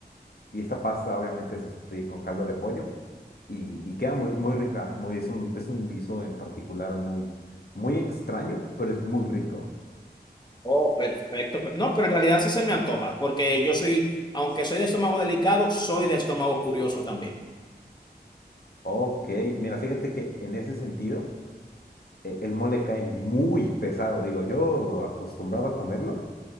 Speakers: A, on the left (about 65°); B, on the left (about 25°).
A: y esta pasta obviamente se sofríe con caldo de pollo y, y queda muy, muy rica. Muy, es un, es un guiso en particular muy, muy extraño, pero es muy rico.
B: Oh, perfecto. Pe- No, pero en realidad sí se me antoja, porque yo soy, aunque soy de estómago delicado, soy de estómago curioso también.
A: Ok, mira, fíjate que en ese sentido eh, el mole cae muy pesado. Digo, yo acostumbrado a comerlo,